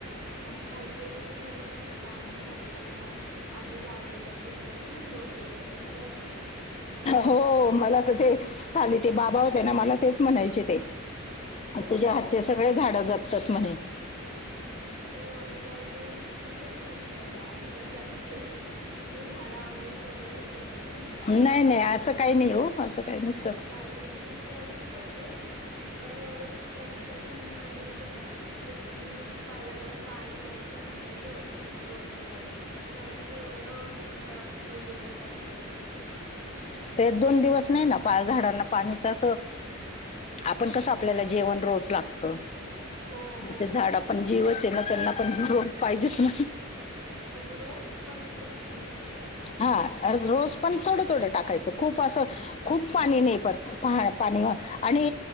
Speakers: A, on the right; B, on the left.
A: वा काही काही लोक म्हणतात नाही का आमच्या हात त्याला आम्ही लावलं तर खुप लोबन रोप येत तसं आहे वाट
B: हो मला तर ते खाली
A: पण
B: ते
A: आता
B: बाबा होते ना मला तेच म्हणायचे ते
A: हो
B: तुझ्या
A: ना
B: हातचे
A: कुठलं
B: सगळे झाड
A: पण
B: जगतात म्हणे.
A: हो आणि काही काही नी किती पण कष्ट घ्या आमच्या सारखे त झाडं आम्हाला कदरच नाही करत काय
B: नाही
A: ऐकत
B: नाही असं
A: नाहीत
B: काही नाही हो असं काही नसतं
A: कारण की मी प्रयत्न कर ते पण एवढंच की कधी कधी मी माझ्या ह्याच्यात असले की मुईर माझ्याकडन पाणी द्यायचं राहिलं एक दोन दिवस तरी ते एवढं त्यांचा जीव गेल्यासारखं होतं.
B: ते दोन दिवस नाही ना पा झाडांना पाणीत असं आपण कसं आपल्याला जेवण रोज लागत.
A: हो
B: मते
A: हो.
B: झााडा पण जीवच तेना त्यांना पण दररोज पाहिजे ना.
A: म्हणजे रोज पण एकदम किंचित पाणी टाकायचं.
B: हा रोज पण थोडं थोडं टाकायचं. खूप असं खूप पाणी नाही पर पाणीवर आणि